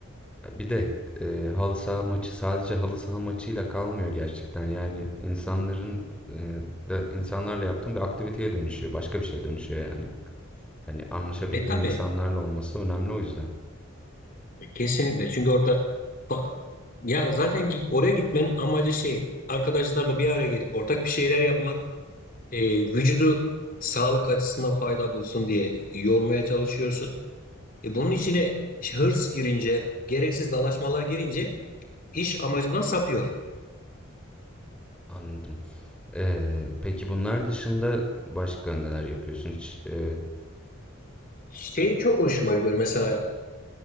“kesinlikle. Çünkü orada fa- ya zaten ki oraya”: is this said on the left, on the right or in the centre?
Left